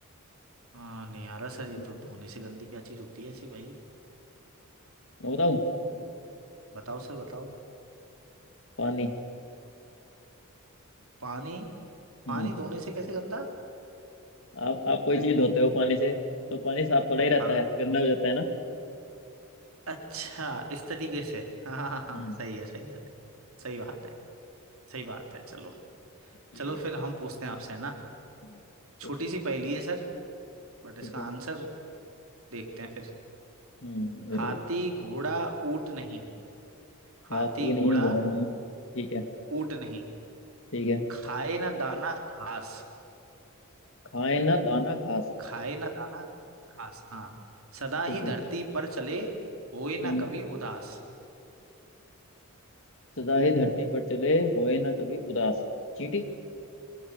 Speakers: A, on the right (about 75°); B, on the left (about 60°).
A: हाँ नहीं आ रहा सर ये
B: बताओ
A: तो धोने से गंदी क्या चीज होती है ऐसी भाई
B: मैं बताऊं
A: हम्म, बताओ सर बताओ
B: पानी
A: पानी
B: हम्म
A: पानी धोने से कैसे गंदा
B: आप आप कोई चीज धोते हो पानी से तो पानी साफ थोड़ा ही रहता
A: हाँ
B: है गंदा हो जाता है ना
A: अच्छा इस तरीके से <laughs> हाँ हाँ हाँ हाँ,
B: हम्म
A: सही है सही है सही सही बात है सही बात है चलो
B: ये
A: चलो फिर हम पूछते हैं आपसे है ना
B: हम्म, पूछो
A: छोटी सी पहेली है सर बट इसका
B: ठीक है
A: आंसर देखते हैं फिर
B: हम्म मेरे
A: हाथी
B: को
A: घोड़ा ऊंट नहीं हाथी
B: हाथी नहीं
A: घोड़ा
B: घोड़ा नहीं है ठीक है
A: ऊंट नहीं
B: ठीक है
A: खाए ना दाना घास
B: खाए ना दाना घास
A: खाए ना दाना घास हाँ सदा
B: ठीक
A: ही धरती
B: है
A: पर चले होए ना
B: हम्म
A: कभी उदास
B: सदा ही धरती पर चले होए ना कभी उदास चींटी